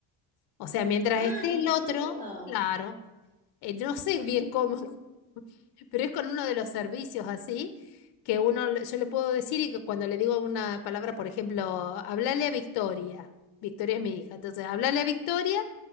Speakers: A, on the left; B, on the right.
A: O sea, mientras
B: Ah,
A: esté
B: ¿en
A: el otro,
B: serio?
A: claro, eh, no sé bien cómo, <laughs> pero es con uno de los servicios así, que uno, le- yo le puedo decir y que cuando le digo una palabra, por ejemplo, hablale a Victoria. Victoria es mi hija, entonces hablale a Victoria